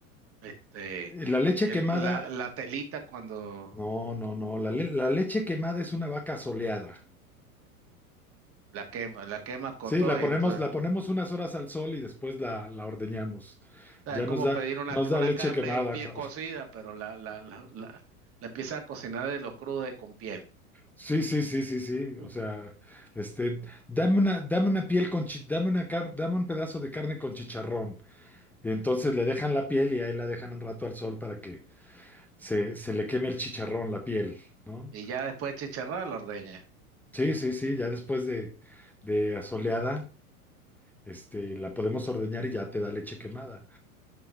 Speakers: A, on the right (about 30°); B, in the centre.
A: este
B: Eh, La leche
A: el-
B: quemada,
A: la, la telita cuando
B: no, no, no, la, le- la leche quemada es una vaca soleada.
A: la quema, la quema con
B: Sí,
A: todo
B: la ponemos,
A: y entonces,
B: la ponemos unas horas al sol y después la, la ordeñamos.
A: o
B: Ya
A: sea, es como
B: nos da,
A: pedir una,
B: nos da
A: una
B: leche
A: carne
B: quemada,
A: bien
B: cabrón.
A: cocida, pero la, la, la, la, la empieza a cocinar de lo cruda y con piel.
B: Sí, sí, sí, sí, sí.
A: Ujú.
B: O sea, este, dame una, dame una piel con chi- dame una car- dame un pedazo de carne con chicharrón. Y entonces le dejan la piel y ahí la dejan un rato al sol para que se, se le queme el chicharrón, la piel, ¿no?
A: Y ya después de chicharrar la ordeña.
B: Sí, sí, sí, ya después de, de asoleada, este, la podemos ordeñar y ya te da leche quemada.